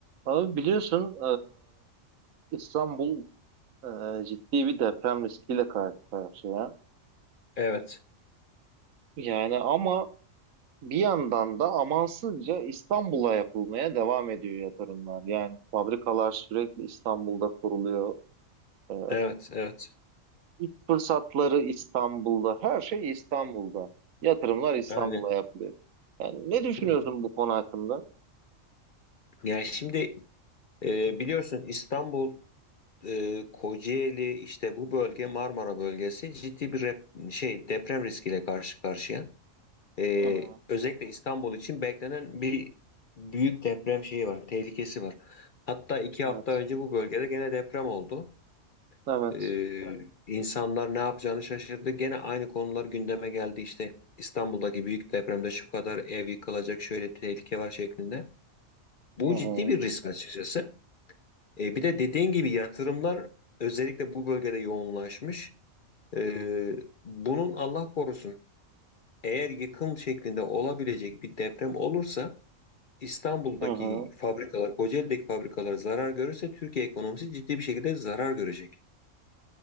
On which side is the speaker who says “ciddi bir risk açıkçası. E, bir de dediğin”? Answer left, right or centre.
Left